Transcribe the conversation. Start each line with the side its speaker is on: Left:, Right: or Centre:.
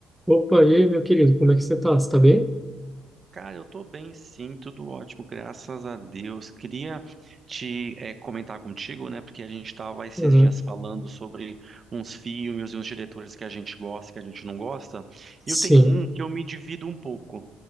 Centre: Opa, e aí, meu querido, como é que você tá? Você tá bem?
Right: Cara, eu tô bem sim, tudo ótimo, graças a Deus. Queria te eh, comentar contigo, né, porque a gente estava esses
Centre: Uhum.
Right: dias falando sobre uns filmes e uns diretores que a gente gosta, que a gente não gosta,
Centre: Sim.
Right: e eu tenho um que eu me divido um pouco,